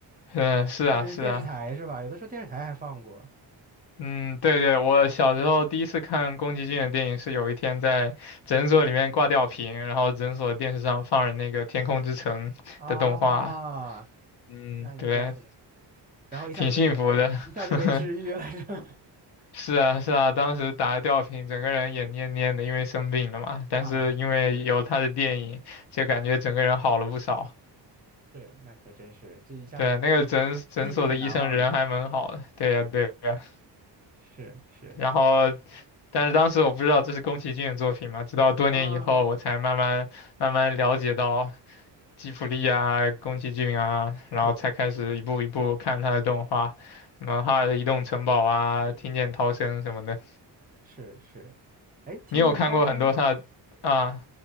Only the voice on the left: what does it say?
嗯，是啊，
是啊，
嗯，对对，我小时候第一次看宫崎骏的电影是有一天在诊所里面挂吊瓶，然后诊所电视上放着那个《天空之城》的动画，
嗯，
对，
挺幸福的。
<laughs>
是啊，是啊，当时打了吊瓶，整个人也蔫蔫的，因为生病了嘛。但是因为有他的电影，
就感觉整个人好了不少。
对，那个诊诊所的医生人还蛮好的。
对呀，对呀。
然后，但是当时我不知道这是宫崎骏的作品嘛，直到多年以后我才慢慢慢慢了解到
吉卜力啊、宫崎骏啊，然后才开始一步一步看他的动画，
什么《哈尔的移动城堡》啊、
《听见涛声》什么的。
你有看过很多他的啊？